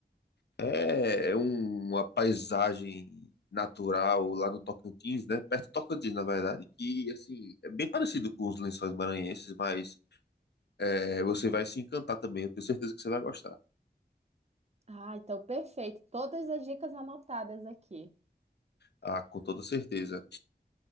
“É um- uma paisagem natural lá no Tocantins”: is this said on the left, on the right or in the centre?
Left